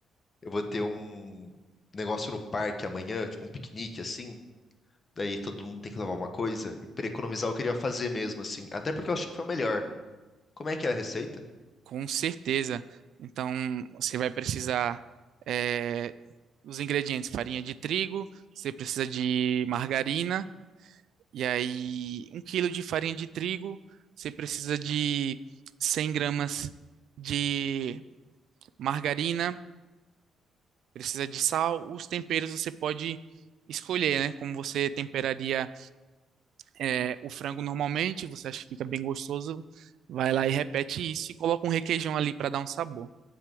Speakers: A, on the left; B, on the right.
A: eu vou ter um negócio no parque amanhã, tipo um piquenique assim. Daí todo mundo tem que levar uma coisa. E pra economizar, eu queria fazer mesmo assim. Até porque eu acho que foi o melhor. Como é que é a receita?
B: com certeza. Então, você vai precisar é, os ingredientes: farinha de trigo, você precisa de margarina, e aí um quilo de farinha de trigo, você precisa de 100 gramas de margarina, precisa de sal. Os temperos você pode escolher, né? Como você temperaria é, o frango normalmente, você acha que fica bem gostoso, vai lá e repete isso e coloca um requeijão ali para dar um sabor.